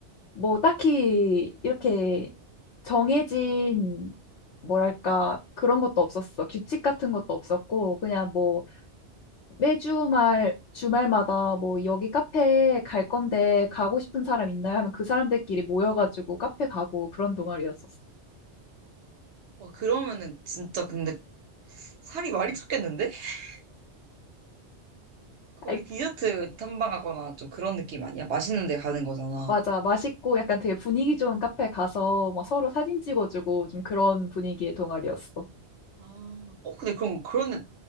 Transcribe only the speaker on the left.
뭐 딱히 이렇게 정해진 뭐랄까 그런 것도 없었어. 규칙 같은 것도 없었고, 그냥 뭐 매주 말 주말마다 뭐 여기 카페 갈 건데 가고 싶은 사람 있나요? 하면 그 사람들끼리 모여가지고 카페 가고 그런 동아리였었어.
아이,
맞아. 맛있고 약간 되게 분위기 좋은 카페 가서 막 서로 사진 찍어주고 좀 그런 분위기의 동아리였어.